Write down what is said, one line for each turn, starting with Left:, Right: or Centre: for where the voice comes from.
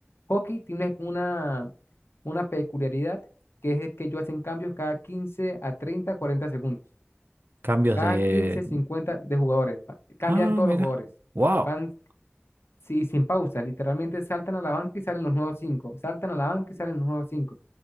Left: Hockey tiene una, una peculiaridad que es que ellos hacen cambios cada 15 a treinta 40 segundos.
Right: Cambios
Left: Cada
Right: de...
Left: quince 50 de jugadores. pa- Cambian
Right: Ah,
Left: todos
Right: mira,
Left: los jugadores.
Right: Wow,
Left: Van sí, sin pausa. Literalmente saltan a la banca y salen los nuevos cinco Saltan a la banca y salen los nuevos cinco